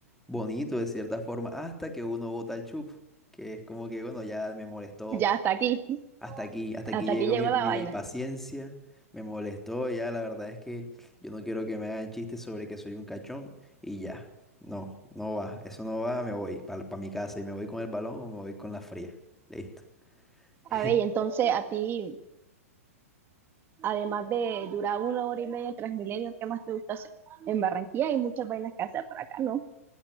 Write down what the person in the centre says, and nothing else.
bonito de cierta forma, hasta que uno bota el chupo, que es como que, bueno, ya me molestó,
hasta aquí, hasta
aquí llegó
mi,
mi
paciencia, me molestó, ya la verdad es que yo no quiero que me hagan chistes sobre que soy un cachón y ya, no, no va, eso no va, me voy para mi casa y me voy con el balón o me voy con la fría, listo. <laughs>